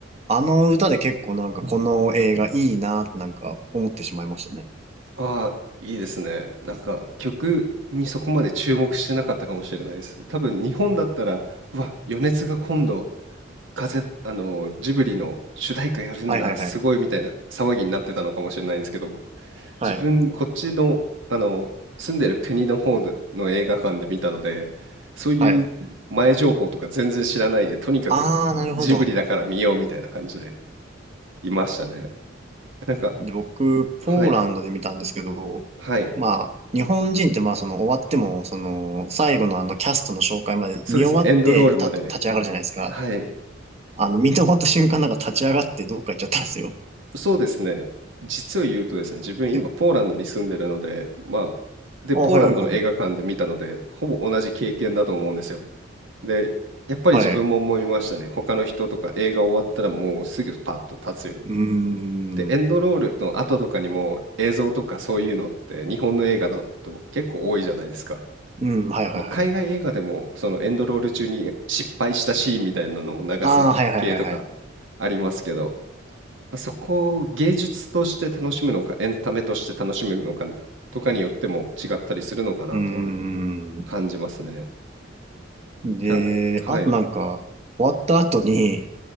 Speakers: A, on the right (about 35°); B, on the right (about 80°).
A: あの歌で結構なんかこの映画いいなってなんか思ってしまいましたね。
B: ああ、いいですね。なんか、曲にそこまで注目してなかったかもしれないです。多分日本だったら、うわ、米津が今度、風あの、ジブリの主題歌やるんだ、
A: はいはいはい。
B: すごいみたいな騒ぎになってたのかもしれないんですけど
A: はい。
B: 自分こっちの、あの、住んでる国の方での映画館で見たので、そういう前情報とか全然知らないで、
A: はい。
B: とにかくジブリだから見ようみたいな感じで
A: あー、なるほど。
B: いましたね。なんか、
A: で、僕、ポーランドで見たんですけど、
B: はい、はい、
A: まあ、日本人ってまあ、その終わっても、その、最後のあのキャストの紹介まで見終わってた立ち上がるじゃないですか。
B: そうですね、エンドロールまで。はい、
A: あの、見て終わった瞬間なんか立ち上がってどっか行っちゃったんですよ。
B: そうですね、実を言うとですね、自分今ポーランドに住んでるので、
A: で、
B: まあ、で、
A: あ、
B: ポーランドの映画館で見たので、
A: はいはいはい。
B: ほぼ同じ経験だと思うんですよ。で、やっぱり自分も思いましたね。
A: はい。
B: 他の人とか映画終わったらもうすぐパッと立つように。
A: うーん。
B: で、エンドロールの後とかにも映像とかそういうのって日本の映画だと結構多いじゃないですか。
A: うん、はいはいはい。
B: まあ、海外映画でもそのエンドロール中に失敗したシーンみたいなのを流す系とか
A: ああ、はいはいはいはい。
B: ありますけど、まあ、そこを芸術として楽しむのかエンタメとして楽しむのかとかによっても違ったりするのかなとは
A: うーん。
B: 感じますね。
A: で、
B: なんか、はい。
A: あとなんか、終わった後に、